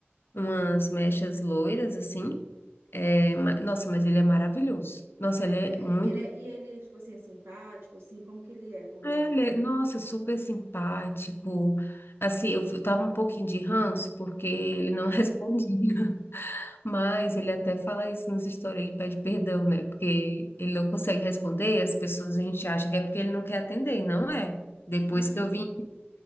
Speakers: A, on the left; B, on the right.
A: umas mechas loiras, assim. É, ma- nossa, mas ele é maravilhoso. Nossa, ele é
B: É,
A: muito.
B: ele é, e ele, tipo assim, é simpático, assim, como que ele é? Como.
A: é, ele é- nossa, super simpático. Assim, eu f- tava um pouquinho de ranço porque ele não <laughs> respondia. Mas ele até fala isso nos stories, ele pede perdão, né? Porque ele não consegue responder e as pessoas a gente acha que é porque ele não quer atender, e não é. Depois
B: Uhum.
A: que eu vi